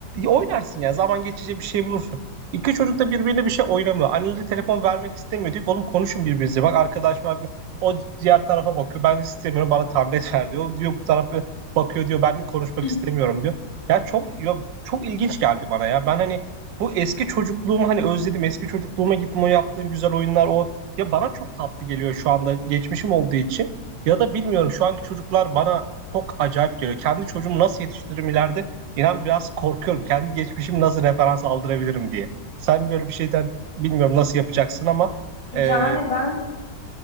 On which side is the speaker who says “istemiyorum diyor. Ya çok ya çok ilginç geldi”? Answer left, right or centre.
Right